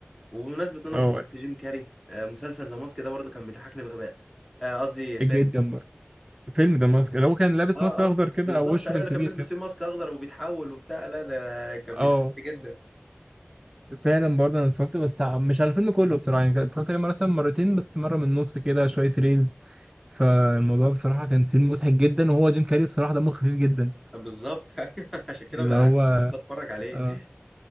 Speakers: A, in the centre; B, on the right.
A: وبمناسبة ان انا
B: أه
A: افتكرت جيم كاري آه، مسلسل ذا ماسك ده برضه كان بيضحكني بغباء آه، قصدي فيلم
B: جدا بقى فيلم ده ماسك اللي هو كان لابس
A: اه
B: ماسك أخضر
A: اه
B: كده
A: بالظبط
B: أو وشه
A: ايوه
B: كان
A: اللي
B: كبير
A: كان بيلبس
B: كده
A: فيه ماسك اخضر وبيتحول وبتاع لا ده كان بيضحكني
B: أه
A: جدا
B: فعلا برضه انا اتفرجت بس ع- مش على الفيلم كله بصراحه يعني اتفرجت عليه مثلا مرتين بس مره من النص كده شويه ريلز فالموضوع بصراحه كان فيلم مضحك جدا وهو جيم كاري بصراحه دمه خفيف جدا
A: آه، بالظبط <laughs> أيوة، عشان كده
B: اللي
A: ب-
B: هو
A: بحب اتفرج عليه
B: آه